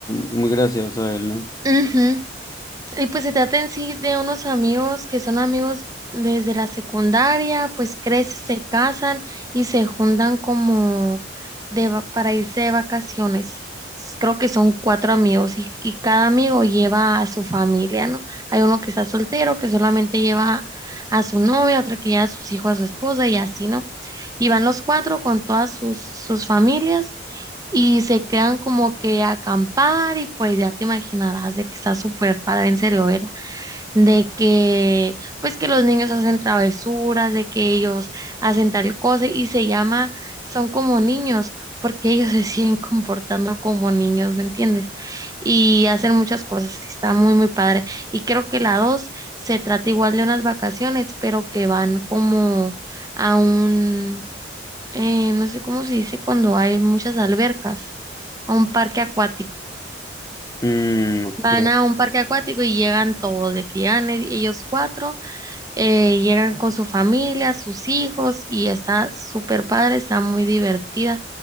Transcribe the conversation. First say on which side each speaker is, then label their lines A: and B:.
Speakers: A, on the left; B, on the right.
A: muy gracioso él, ¿no?
B: Ujú. Y pues se trata en sí de unos amigos que son amigos desde la secundaria, pues crecen, se casan y se juntan como de, va- para irse de vacaciones. S- Creo que son cuatro amigos y, y cada amigo lleva a su familia, ¿no? Hay uno que está soltero, que solamente lleva a su novia, otro que lleva a sus hijos, a su esposa y así, ¿no? Y van los cuatro con todas sus, sus familias y se quedan como que a acampar y pues ya te imaginarás de que está súper padre en serio verla, de que pues que los niños hacen travesuras, de que ellos hacen tal cosa y se llama, son como niños. porque ellos <laughs> se siguen comportando como niños, ¿me entiendes? Y hacen muchas cosas, y está muy, muy padre. Y creo que la dos se trata igual de unas vacaciones, pero que van como a un, eh, no sé cómo se dice cuando hay muchas albercas, a un parque acuático.
A: Mm, ok.
B: Van a un parque acuático y llegan todos, de que llegan e- ellos cuatro, eh, llegan con su familia, sus hijos, y está súper padre, está muy divertida.